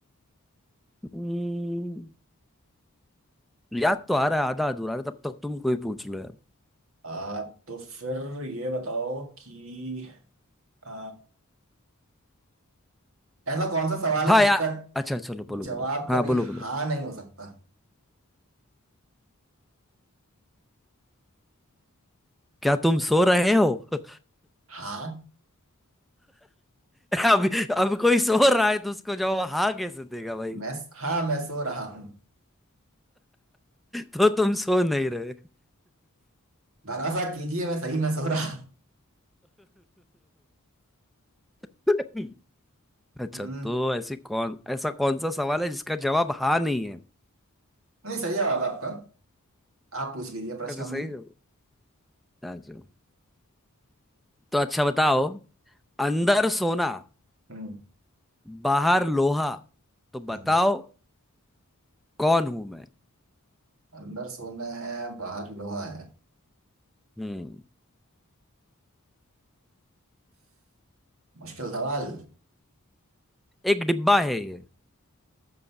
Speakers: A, in the centre; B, on the right.
A: हम्म, याद तो आ रहा है आधा अधूरा है तब तक तुम कोई पूछ लो यार
B: आ, तो फिर ये बताओ कि आ, ऐसा कौन सा सवाल
A: हाँ
B: है जिसका
A: यार अच्छा चलो बोलो
B: जवाब
A: बोलो हाँ
B: कभी
A: बोलो
B: हाँ
A: बोलो
B: नहीं हो सकता
A: क्या तुम सो रहे हो <laughs>
B: हाँ
A: अब अब कोई सो रहा है तो उसको जवाब हाँ कैसे देगा भाई
B: मैं हाँ मैं सो रहा हूँ
A: तो तुम सो नहीं रहे
B: भरोसा कीजिए मैं सही में सो रहा हूँ
A: <laughs> अच्छा
B: हम्म,
A: तो ऐसी कौन ऐसा कौन सा सवाल है जिसका जवाब हाँ नहीं है
B: नहीं सही जवाब है आपका आप पूछ लीजिए प्रश्न
A: अच्छा
B: हमसे
A: सही जवाब अच्छा तो अच्छा बताओ अंदर सोना
B: हम्म,
A: बाहर लोहा तो बताओ
B: हाँ।
A: कौन हूं मैं
B: अंदर सोना है बाहर लोहा है
A: हम्म
B: मुश्किल सवाल
A: एक डिब्बा है ये